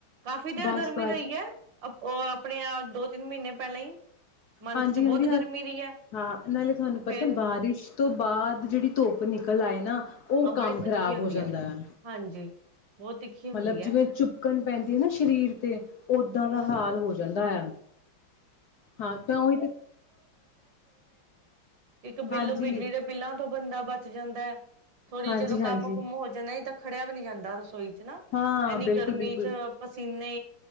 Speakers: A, on the right (about 65°); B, on the left (about 60°).
A: ਕਾਫ਼ੀ ਦੇਰ
B: ਬਸ
A: ਗਰਮੀ
B: ਬਸ
A: ਰਹੀ ਹੈ। ਉਹ ਆਪਣੇ ਆਪ ਦੋ ਤਿੰਨ ਮਹੀਨੇ ਪਲ <unintelligible> ਮੰਥ
B: ਹਾਂਜੀ
A: ਚ ਬਹੁਤ
B: ਹਾਂਜੀ ਹਾਂ
A: ਗਰਮੀ ਦੀ ਹੈ
B: ਹਾਂ ਨਾਲੇ ਤੁਹਾਨੂੰ ਪਤਾ
A: ਫੇਰ
B: ਬਾਰਿਸ਼ ਤੋਂ ਬਾਅਦ ਜਿਹੜੀ ਧੁੱਪ ਨਹੀਂ ਕਲ ਆਏ ਨਾ ਉਹ
A: ਬੜੀ
B: ਕੰਮ ਖ਼ਰਾਬ
A: ਤਿੱਖੀ ਹੁੰਦੀ
B: ਹੋ ਜਾਂਦਾ
A: ਹੈ
B: ਆ
A: ਹਾਂਜੀ, ਬਹੁਤ ਤਿੱਖੀ ਹੁੰਦੀ
B: ਮਤਲਬ
A: ਹੈ।
B: ਜਿਵੇਂ ਚੁਪਕਣ ਪੈਂਦੀ ਹੈ ਨਾ ਸਰੀਰ ਤੇ ਓਦਾਂ ਦਾ ਹਾਲ ਹੋ ਜਾਂਦਾ ਹੈ ਹਾਂ ਤਾਂ ਉਹੀ ਤੇ
A: ਇੱਕ ਬਿੱਲ
B: ਹਾਂਜੀ
A: ਬਿਜਲੀ ਦੇ ਬਿੱਲਾਂ ਤੋਂ ਬੰਦਾ ਬਚ ਜਾਂਦਾ ਹੈ। ਥੋੜ੍ਹੀ
B: ਹਾਂਜੀ
A: ਜਲੋ ਕੰਮ
B: ਹਾਂਜੀ
A: ਖੜਿਆ ਵ ਹਨਾ
B: ਹਾਂ
A: ਐਨੀ
B: ਬਿਲਕੁਲ
A: ਗਰਮੀ
B: ਬਿਲਕੁਲ
A: ਚ ਪਸੀਨੇ